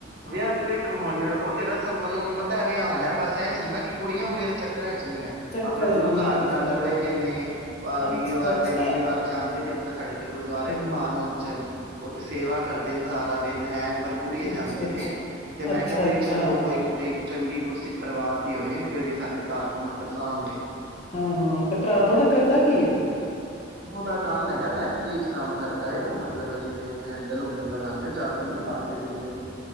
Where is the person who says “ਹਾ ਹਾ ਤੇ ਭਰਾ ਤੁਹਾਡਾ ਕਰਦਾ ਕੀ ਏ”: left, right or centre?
Left